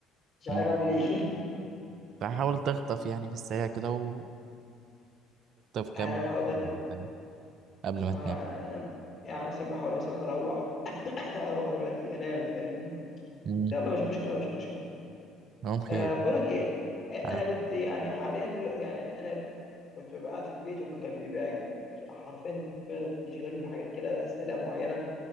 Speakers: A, on the left (about 40°); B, on the right (about 55°).
A: مش عارف
B: مم.
A: اعمل ايه
B: فحاول تخطف يعني في السريع كده وتخطف
A: <laughs>
B: كام
A: انا بحاول دلوقتي
B: مرة يعني قبل ما
A: آه،
B: تنام
A: أنا ب- يعني مثلا بحاول مثلا اروح <laughs> اروح دلوقتي انام فاهمني
B: مم.
A: يلا مش مشكله مش مشكله
B: نوم خير
A: أه بقولك ايه آه،
B: عاد-
A: انا كنت يعني حاليا دلوقتي يعني انا كنت ببقى قاعد في البيت وكان بيبقى حرفيا دماغي بتشغلني بحاجات كده اسئله معينه